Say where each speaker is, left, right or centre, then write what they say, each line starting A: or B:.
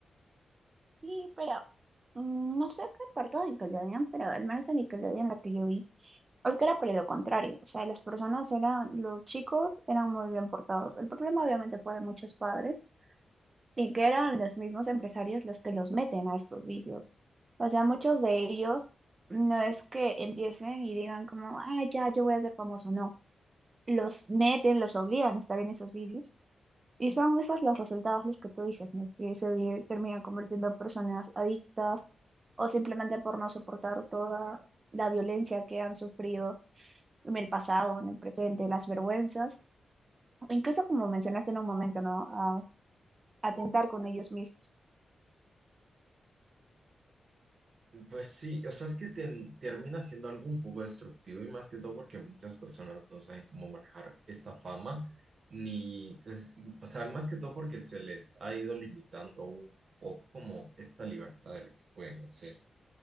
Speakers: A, on the right; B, on the right.
A: Sí, pero mm, no sé qué parte de Nickelodeon, pero al menos en Nickelodeon la que yo vi Es que era por lo contrario, o sea, las personas eran, los chicos eran muy bien portados. El problema obviamente fue de muchos padres y que eran los mismos empresarios los que los meten a estos vicios. O sea, muchos de ellos no es que empiecen y digan como, ah, ya, yo voy a ser famoso, no. Los meten, los obligan a estar en esos vídeos y son esos los resultados los que tú dices, ¿no? Que se vi- terminan convirtiendo en personas adictas o simplemente por no soportar toda la violencia que han sufrido en el pasado, en el presente, las vergüenzas, o incluso como mencionaste en un momento, ¿no? A atentar con ellos mismos.
B: Pues sí, o sea, es que ten- termina siendo algo un poco destructivo y más que todo porque muchas personas no saben cómo manejar esta fama, ni, es- o sea, más que todo porque se les ha ido limitando un poco como esta libertad de lo que pueden hacer.